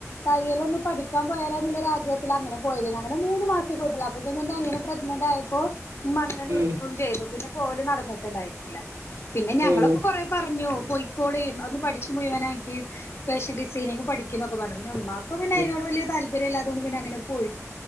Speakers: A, on the left; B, on the right.
A: തയ്യലൊന്ന്. പഠിക്കാൻ പോയാലോ എന്നുള്ള ആഗ്രഹത്തില്. അങ്ങനെ പോയതെന്ന്. അങ്ങന മൂന്ന് മാസേ പോയിട്ടൊള്ളു. അപ്പോഴത്തെക്. എന്റെ അനിയനെ പ്രഗ്നന്റ് ആയ് പ്പോ.. ഉമ്മ അങ്ങനെ നിർത്തു
B: ഉം
A: ചെയ്തു പിന്നെ പോവല് നടന്നിട്ടുണ്ടായിരുന്നില്ല പിന്നെ ഞങ്ങളൊക്കെ
B: ഉം
A: കൊറെ പറഞ്ഞു.. പൊയിക്കോളീം അത് പഠിച്ച് മുഴുവനാകിം.. ഫെഷൻ സൈനിങ് പഠിക്കിം ന്നൊക്ക പറഞ്ഞു പിന്ന മ്മാക്പിന്നെ
B: ഉം
A: അയി നോട് വല്ല്യ താല്പര്യല്ല്യതോണ്ട്. പിന്നങ്ങനെ പോയ്‌..